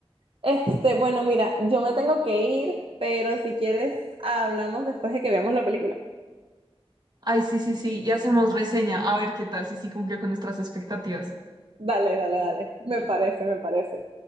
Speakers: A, on the right; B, on the right.
A: Este, bueno, mira, yo me tengo que ir, pero si quieres, hablamos después de que veamos la película.
B: Ay, sí, sí, sí, y hacemos reseña, a ver qué tal, si sí cumplió con nuestras expectativas.
A: Dale, dale, dale. Me parece, me parece.